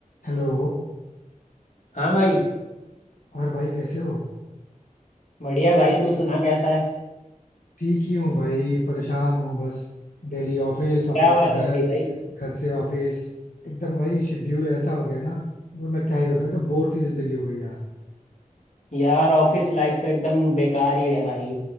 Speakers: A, on the left; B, on the left.
A: Hello
B: हाँ भाई
A: और भाई कैसे हो
B: बढ़िया भाई तू सुना कैसा है
A: ठीक ही हूँ भाई परेशान हूँ बस डेली ऑफिस ऑफिस
B: क्या बात
A: से घर
B: हो गई भाई
A: घर से ऑफिस एकदम भाई शेड्यूल ऐसा हो गया ना मतलब मैं क्या ही बताऊँ एकदम बोर सी जिंदगी हो गई यार
B: यार ऑफिस लाइफ तो एकदम बेकार ही है भाई